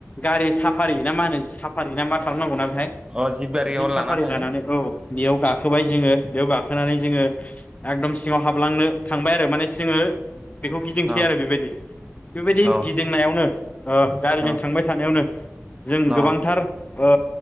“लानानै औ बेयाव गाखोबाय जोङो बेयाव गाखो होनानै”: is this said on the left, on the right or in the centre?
Left